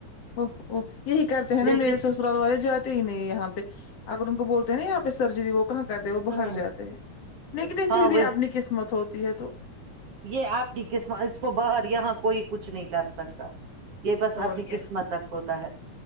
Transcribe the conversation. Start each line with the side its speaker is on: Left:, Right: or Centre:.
Left: ا یہی کرتے ہیں نا
Right: لیکن
Left: میرے سو والے جاتے ہی نہیں یہاں پہ اگر ان کو بولتے ہیں نا یہاں پہ سرجری وہ کہاں کرتے وہ باہر
Right: ہوں
Left: جاتے ہیں لیکن
Right: ہاں
Left: پھر بھی
Right: وہی
Left: اپنی قسمت ہوتی ہے تو
Right: یہ آپ کی قسمت اس کو باہر یہاں کوئی کچھ نہیں کر سکتا یہ بس
Left: اور
Right: اپنی
Left: کیا
Right: قسمت تک ہوتا ہے